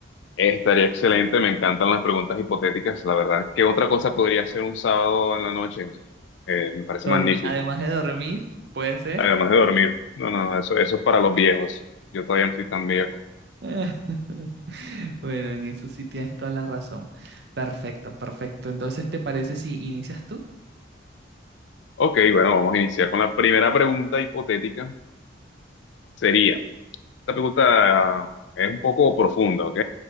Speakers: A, on the left (about 70°); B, on the right (about 55°).
A: Eh, estaría excelente, me encantan las preguntas hipotéticas, la verdad. ¿Qué otra cosa podría ser un sábado en la noche? Eh, me parece
B: Dormi-
A: magnífico,
B: Además de dormir, puede ser.
A: además de dormir. No, no, eso, eso es para los viejos, yo todavía no soy tan viejo.
B: <laughs> Bueno, en eso sí tienes toda la razón. Perfecto, perfecto. Entonces, ¿te parece si inicias tú?
A: Ok, bueno, vamos a iniciar con la primera pregunta hipotética. Sería... Esta pregunta es un poco profunda, ¿ok?